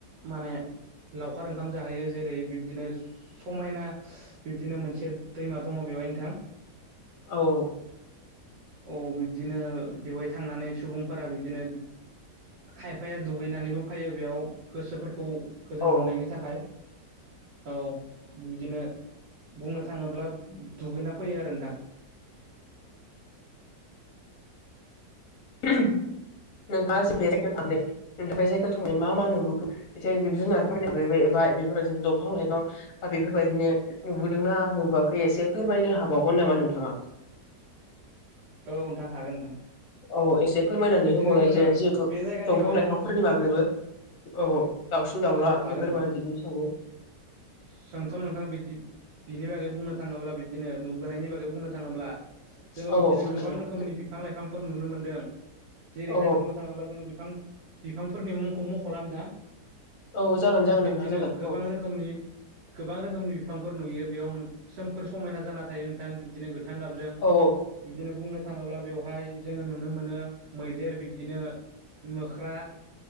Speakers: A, on the right; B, on the left.
A: माने लावखार ओंखाम जाहैयो जेरै बिब्दिनो समायना बिब्दिनो मोन से दैमा दंङ बेहाय नोंथां।
B: औ औ।
A: औ बिब्दिनो बेवहाय थांनानै सुबुंफोरा बिब्दिनो खायफाया दुगैनानैबो फैयो बेयाव गोसोफोरखौ खौ गोजोन
B: औ
A: मोननायनि थाखाय औ बिदिनो बुंनो थांङोब्ला दुगैना फैयो आरो नोंथां।
B: नोंथाङा बे जायगायाव थांनाय नोंथाङा बे जायगायाव थांनाय मा म <unintelligible> आ नुआखै एसे फोरमायनो हाबावगोन नामा नोंथाङा?
A: औ नोंथां हागोन नोंथां।
B: औ औ एसे फोरमायनानै
A: बिब्दिनो
B: होबावलाय
A: जोङो
B: जे जिहेतु
A: बे जायगानि
B: दंफां
A: बागै
B: लाइफांफोरनि
A: बुं
B: बागैबो। औ औ दाउसिन-दाउला
A: औ औ हागोन
B: बेफोरबायाददिनो।
A: नोंथां
B: <inaudible>
A: सोंथ' नोंथां बिदि बिनि बागै बुंनो थांङोब्ला बिब्दिनो नुबोनायनि बागै बुंनो थाङोब्ला जोंङो
B: औ
A: बिब्दिनो
B: नोंथां
A: गोबां रोखोमनि बिफां लाइफांफोर नुनो मोनदों। जेरैहाय
B: औ
A: बुंनो थांङोब्ला जोंङो बिफां बिफांफोरनि मुंखौ मख'ला नोंथां।
B: औ औ जागोन जागोन
A: बिब्दिनो
B: नोंथां जागोन
A: गोबां
B: औ
A: रोखोमनि गोबां रोखोमनि बिफांफोर नुयो बेयाव नों सोम फोर समायना जाना थायो नोंथां बिदिनो गोथां गाबजों
B: औ
A: बिदिनो। बुंनो थांङोब्ला बेवहाय जोंङो नुनो मोनो मैदेर बिब्दिनो मोख्रा